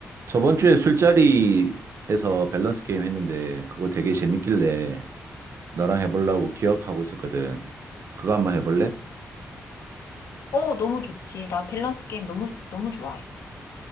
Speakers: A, on the right; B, on the left.
A: 저번 주에 술자리에서 밸런스 게임 했는데 그거 되게 재밌길래 너랑 해보려고 기억하고 있었거든. 그거 한번 해볼래?
B: 어, 너무 좋지. 나 밸런스 게임 너무, 너무 좋아해.